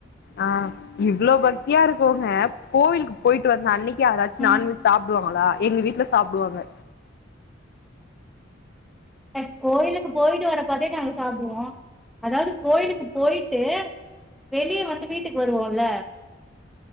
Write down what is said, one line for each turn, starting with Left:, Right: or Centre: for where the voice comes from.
Left: ஆ இவ்ளோ பக்தியா இருக் கோங்க கோவிலுக்கு போயிட்டு வந்த அன்னைக்கி யாராச்சு
Centre: ஆ
Left: நான்வெஜ் சாப்டுவாங்களா எங்க வீட்ல சாப்டுவாங்க
Centre: ஏ கோயிலுக்கு போயிட்டு வரப்பவே நாங்க சாப்டுவோ அதாவ்து கோயிலுக்கு போயிட்டு வெளிய வந்து வீட்டுக்கு வருவோல்ல